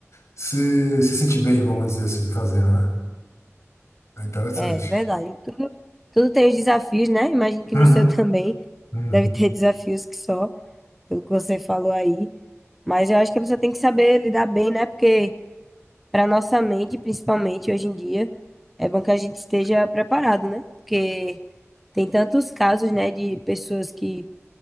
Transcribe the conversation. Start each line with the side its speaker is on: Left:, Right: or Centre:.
Left: você se sente bem, vamos dizer assim, fazendo, né? É interessante.
Centre: É, é verdade. Tu- Tudo tem os desafios, né? Imagino que
Left: Uhum,
Centre: no seu <laughs> também
Left: uhum.
Centre: deve ter desafios que só, pelo que você falou aí. Mas eu acho que a pessoa tem que saber lidar bem, né? Porque para nossa mente, principalmente hoje em dia, é bom que a gente esteja preparado, né? Porque tem tantos casos, né, de pessoas que